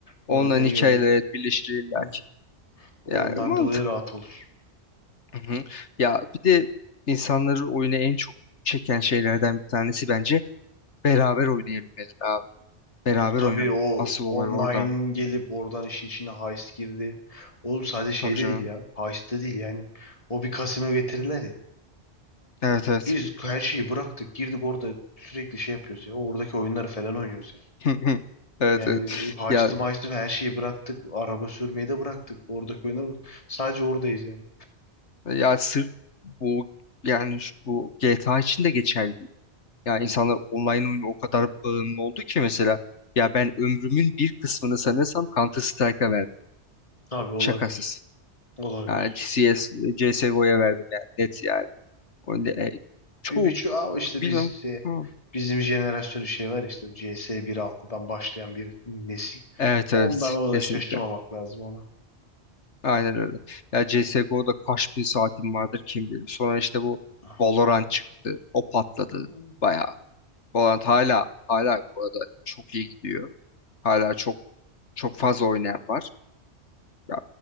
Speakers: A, on the left; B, on the left.
A: O
B: Onların
A: yönden
B: hikayeleri
A: iyi olur.
B: evet birleşir illa
A: Hı.
B: ki. Yani
A: Ondan
B: mantıklı.
A: dolayı rahat olur.
B: Hı hı. Ya bir de insanları oyuna en çok çeken şeylerden bir tanesi bence beraber oynayabilmeleri abi. Beraber
A: O tabii
B: oynamak.
A: o
B: Asıl olay
A: online
B: orada.
A: gelip oradan işin içine heist girdi. Oğlum sadece şeyde
B: Tabii canım.
A: değil ya. Heist'te değil yani. O bir kasino getirirler ya.
B: Evet evet.
A: Biz her şeyi bıraktık girdik orada sürekli şey yapıyoruz ya. Oradaki oyunları falan oynuyoruz ya.
B: <laughs> Evet
A: Yani
B: evet.
A: heist'i
B: Ya
A: meist'i her şeyi bıraktık. Araba sürmeyi de bıraktık. Oradaki oyunları sadece oradayız yani.
B: Ya sırf bu yani şu- bu GTA için de geçerli. Yani insanlar online oyuna o kadar bağımlı oldu ki mesela ya ben ömrümün bir kısmını sanırsam Counter Strike'a verdim.
A: Tabii olabilir.
B: Şakasız.
A: Olabilir.
B: Yani CS, CSGO'ya verdim yani net yani. O ne- e, Çoğu
A: Bir, bir şu Aa, işte
B: bilmem.
A: biz şey,
B: Hı.
A: bizim jenerasyonu şey var işte CS 1.6'dan başlayan bir nesil.
B: Evet
A: Ondan
B: evet
A: orada
B: kesinlikle.
A: şaşırmamak lazım ona.
B: Aynen öyle. Ya CSGO'da kaç bin saatim vardır kim bilir. Sonra işte bu
A: <laughs>
B: Valorant çıktı. O patladı
A: Hmm.
B: bayağı. Valorant hala hala bu arada çok iyi gidiyor. Hala çok çok fazla oynayan var. Ya